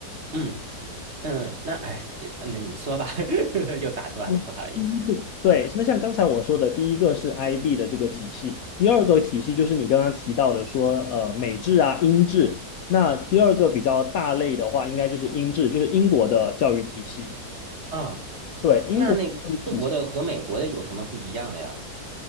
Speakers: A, on the right (about 40°); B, on the left (about 65°).
A: 嗯嗯，那哎，也那你说吧，<laughs> 又打断了，
B: 一个
A: 不好意思
B: 对，那像刚才我说的，第一个是 IB 的这个体系，第二个体系就是你刚刚提到的说呃美制啊英制，那第二个比较大类的话，应该就是英制，就是英国的教育体系。
A: 啊。
B: 对，英国。
A: 那那个中国的和美国的有什么不一样呀？
B: 教育体系。